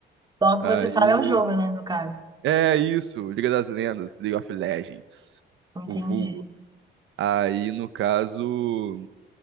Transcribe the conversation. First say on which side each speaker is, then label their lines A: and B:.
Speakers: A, on the right; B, on the right.
A: Logo
B: Aí
A: que você fala é o jogo, né, no caso.
B: é isso, Liga das Lendas, League of Legends,
A: Entendi.
B: o vulgo. Aí, no caso,